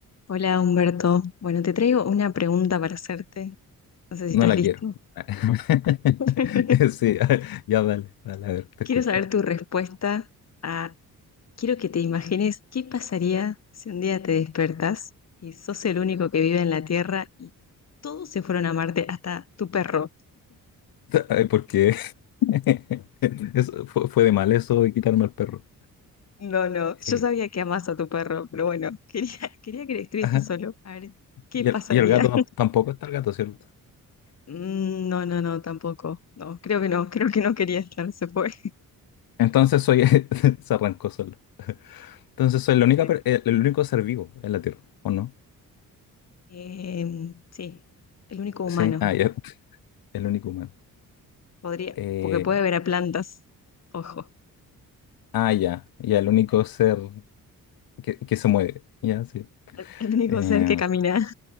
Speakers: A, on the left; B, on the left.
A: Hola Humberto. Bueno, te traigo una pregunta para hacerte. No sé si
B: No
A: estás
B: la
A: listo.
B: quiero. <laughs>
A: <laughs>
B: Sí, ya dale, dale, a ver, te
A: Quiero
B: escucho.
A: saber tu respuesta a, quiero que te imagines qué pasaría si un día te despertas y sos el único que vive en la Tierra y todos se fueron a Marte, hasta tu perro.
B: Ay, Porque <laughs> eso fue, fue de mal eso de quitarme al perro.
A: No, no, yo
B: Eh,
A: sabía que amás a tu perro, pero bueno, quería, <laughs> quería que estuviese
B: ajá,
A: solo. A ver, ¿qué
B: Y
A: pasaría?
B: el, y el gato no-
A: <laughs>
B: tampoco está el gato, ¿cierto?
A: Mm, No, no, no, tampoco. No, creo que no, creo que no quería estar, se fue.
B: Entonces soy, <laughs> se arrancó solo. Entonces soy la única,
A: <laughs>
B: per- el, el único ser vivo en la Tierra, ¿o no?
A: Em, sí, el único humano.
B: Sí, ah, ya, <laughs> el único humano.
A: Podría,
B: Eh,
A: porque puede ver a plantas. Ojo,
B: ah, ya, ya, el único ser que, que se mueve, ya, sí.
A: <laughs> el único
B: Eh,
A: ser que camina.